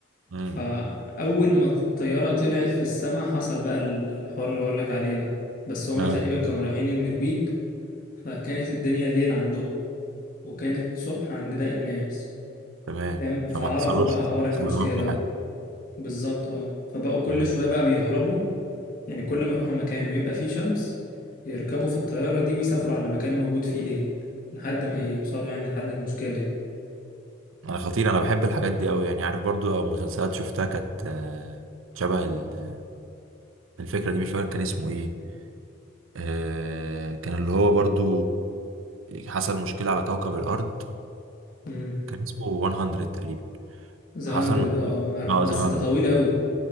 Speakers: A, on the right; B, on the left.
A: امم
B: فأول ما الطيارة طلعت في السماء حصل بقى ال- الحوار اللي بقولك عليه ده بس هم
A: اه
B: تقريبا كانوا رايحين النرويج فكانت الدنيا ليل عندهم وكانت صبح عند باقي الناس
A: تمام
B: فاهم فعرفوا
A: فما حصلوش
B: بقى حوار
A: ما
B: المشكلة
A: حصلوش
B: ده
A: حاجه
B: بالظبط اه فبقوا كل
A: امم
B: شوية بقى بيهربوا يعني كل ما يروحوا مكان ويبقى فيه شمس يركبوا في الطيارة دي ويسافروا على مكان موجود فيه ليل لحد ما يوصلوا يعني لحد المشكلة دي
A: انا خطير انا بحب الحاجات دي قوي يعني عارف برضو آه، مسلسلات شفتها كانت آه، شبه ال- الفكره دي مش فاكر كان اسمه ايه آه، كان اللي هو برضو حصل مشكلة على كوكب الأرض
B: امم
A: كان اسمه 100 تقريبا
B: ذا
A: حصل
B: هندرد
A: مشكلة
B: اه عارف
A: اه
B: بس
A: ذا
B: ده
A: 100
B: طويل قوي